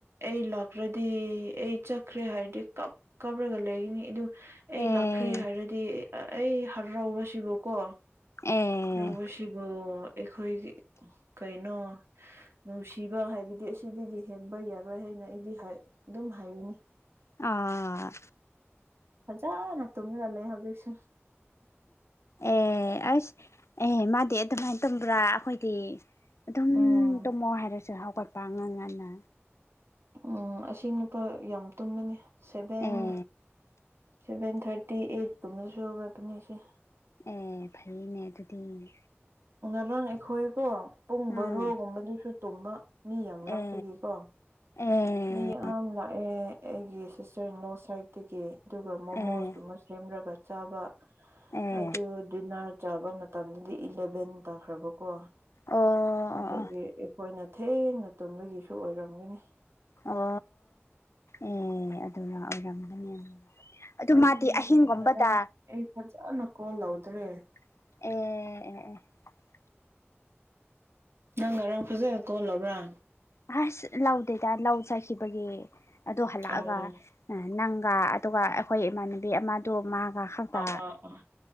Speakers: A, on the right; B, on the left.
A: ꯑꯩ ꯈ꯭ꯔꯗꯤ ꯑꯩ ꯆꯠꯈ꯭ꯔꯦ ꯍꯥꯏꯔꯗꯤ ꯀꯞ ꯀꯥꯞꯂꯒ ꯂꯩꯈꯤꯅꯤ ꯑꯗꯨ ꯑꯩ
B: ꯑꯦ
A: ꯂꯥꯛꯈ꯭ꯔꯦ ꯍꯥꯏꯔꯗꯤ ꯑꯩ ꯍꯔꯎꯁꯤꯕꯨꯀꯣ
B: ꯑꯦ
A: ꯔꯃꯁꯤꯕ ꯑꯩꯈꯣꯏꯒꯤ ꯀꯩꯅꯣ ꯅꯨꯡꯁꯤꯕ ꯍꯥꯏꯕꯗꯤ ꯑꯁꯤꯗꯒꯤ ꯍꯦꯟꯕ ꯌꯥꯔꯣꯏ ꯍꯥꯏ ꯑꯩꯗꯤ ꯑꯗꯨꯝ ꯍꯥꯏꯔꯤꯅꯤ
B: ꯑ
A: ꯍꯖꯥ ꯅ ꯇꯃꯤ ꯂ ꯂꯩꯦ ꯍꯧꯖꯤꯁꯨ
B: ꯑꯦ ꯑꯦ ꯑꯁ ꯑꯦ ꯃꯥꯗꯤ ꯑꯗꯨꯃꯥꯏꯅ ꯇꯝꯕ꯭ꯔꯥ ꯑꯩꯈꯣꯏ ꯗꯤ ꯑꯗꯨꯝ
A: ꯎꯝ
B: ꯇꯨꯝꯃꯣ ꯍꯥꯏꯔꯁꯨ ꯍꯧꯒꯠꯄ ꯑꯉꯥꯡ ꯉꯟꯅ
A: ꯎꯝ ꯑꯁꯤ ꯅꯨꯄꯥ ꯌꯥꯝ ꯇꯨꯝꯕꯅꯤ seven
B: uh
A: seven thirty eight ꯀ ꯃꯁꯨꯣꯕꯅꯤ ꯑꯁꯤꯦ
B: ꯑꯦ ꯐꯩꯌꯦꯅꯦ ꯑꯗꯨꯗꯤ
A: ꯉꯔꯥꯡ ꯑꯩꯈꯣꯏꯀꯣ ꯄꯨꯡ
B: ꯎꯝ
A: ꯕꯣꯔꯣꯒꯨꯝꯕꯗꯨꯁꯨ ꯇꯨꯝꯕ ꯃꯤ ꯌꯥꯝ ꯂꯥꯛꯄꯒꯤꯀꯣ
B: ꯑꯦ ꯑꯦ
A: ꯃꯤ ꯌꯥꯝ ꯂꯥꯛꯑꯦ ꯑꯩꯒꯤ ꯁꯤꯁꯇꯔ ꯏꯟꯂꯣ ꯁꯥꯏꯗꯠꯇꯒꯤ ꯑꯗꯨꯒ ꯃꯣꯃꯣꯁꯀꯨꯝꯕ
B: ꯑꯦ
A: ꯁꯦꯝꯔꯒ ꯆꯥꯕ
B: ꯑꯦ
A: ꯑꯗꯨ ꯗꯤꯅꯔ ꯆꯥꯕ ꯃꯇꯝꯗꯗꯤ ꯏꯂꯚꯦꯟ ꯇꯥꯈ꯭ꯔꯕ ꯀꯣ
B: ꯑꯣ
A: ꯑꯗꯨꯒꯤ
B: ꯑꯣ
A: ꯑꯩꯈꯣꯏꯅ ꯊꯦꯡꯅ ꯇꯨꯝꯕꯒꯤꯁꯨ ꯑꯣꯏꯔꯝꯒꯅꯤ
B: ꯑꯣ ꯑꯦ ꯑꯗꯨ ꯂꯥꯛ ꯑꯣꯏꯔꯝꯒꯅꯤ ꯑꯗꯨ
A: ꯑꯗꯨꯅꯦ
B: ꯃꯥꯗꯤ ꯑꯍꯤꯡꯒꯨꯝꯕꯗ
A: ꯉꯔꯥꯡ ꯑꯩ ꯐꯖꯅ ꯀꯣꯜ ꯂꯧꯗ꯭ꯔꯦ
B: ꯑꯦ
A: ꯅꯪ ꯉꯔꯥꯡ ꯐꯖꯩ ꯀꯣꯜꯕ꯭ꯔꯥ
B: ꯍꯥꯥꯁ ꯂꯎꯗꯦꯗ ꯂꯎ ꯆꯁꯤꯕꯒꯦ ꯑꯗꯨ ꯍꯜꯂꯛꯑꯒ
A: ꯑꯣ
B: ꯅꯪꯒ ꯑꯗꯨꯒ ꯑꯩꯈꯣꯏ ꯏꯃꯥꯟꯅꯕꯤ ꯑꯃꯗꯨ ꯃꯥꯒ ꯍꯥꯎꯇꯥ
A: ꯑꯥ ꯑꯥ